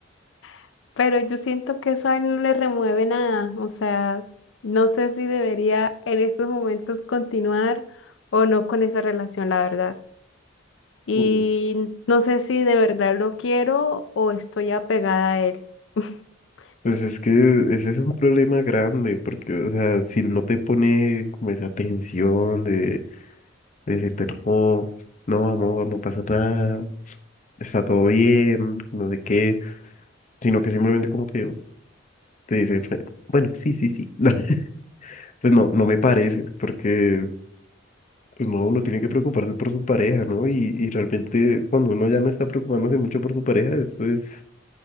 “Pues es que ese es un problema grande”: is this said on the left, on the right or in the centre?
Left